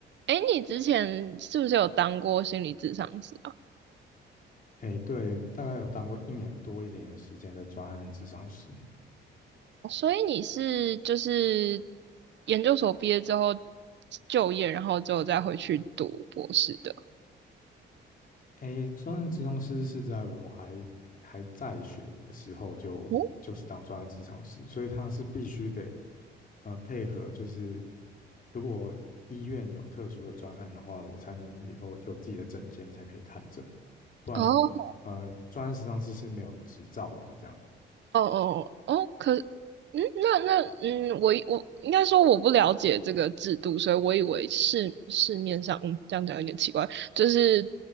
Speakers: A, on the right; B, on the left.
A: 哎，你之前是不是有当过心理咨商师啊？
B: 哎，对，大概有当过一年多一点点时间的专案咨商师。
A: 所以你是就是研究所毕业之后就业，然后之后再回去读博士的。
B: 哎，专案咨商师是在我还还在学的时候就就是当专案咨商师，
A: 哦
B: 所以他是必须得呃配合，就是如果医院有特殊的专案的话，我才能有有自己的诊间才可以看诊，不然呃专案咨商师是没有执照的这样子。
A: 哦哦哦哦，可嗯，那那嗯，我以我应该说我不了解这个制度，所以我以为市市面上，嗯，这样讲有点奇怪，就是